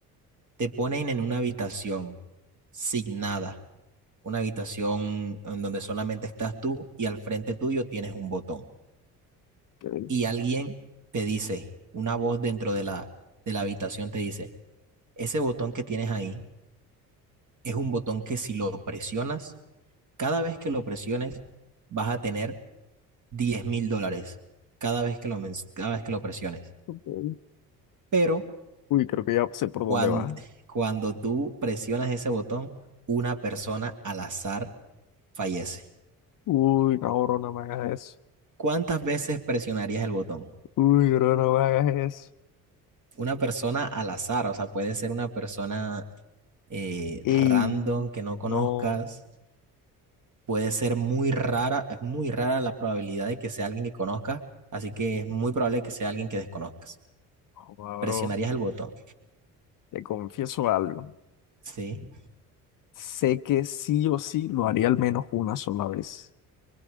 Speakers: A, on the right; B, on the left.
A: Te ponen en una habitación sin nada, una habitación en donde solamente estás tú y al frente tuyo tienes un botón.
B: ok,
A: Y alguien te dice, una voz dentro de la, de la habitación te dice, ese botón que tienes ahí es un botón que si lo presionas, cada vez que lo presiones, vas a tener diez mil dólares cada vez que lo, men- cada vez que lo presiones.
B: ok.
A: Pero
B: Uy, creo que ya sé por dónde
A: cuando,
B: va.
A: cuando tú presionas ese botón, una persona al azar fallece.
B: Uy, no, bro, no me hagas eso.
A: ¿Cuántas veces presionarías el botón?
B: Uy, bro, no me hagas eso.
A: Una persona al azar, o sea, puede ser una persona eh,
B: Ey,
A: random que no conozcas,
B: no,
A: puede ser muy rara, es muy rara la probabilidad de que sea alguien que conozcas, así que es muy probable que sea alguien que desconozcas.
B: joda,
A: Presionarías
B: bro,
A: el botón,
B: te confieso algo.
A: ¿sí?
B: Sé que sí o sí lo haría al menos una sola vez.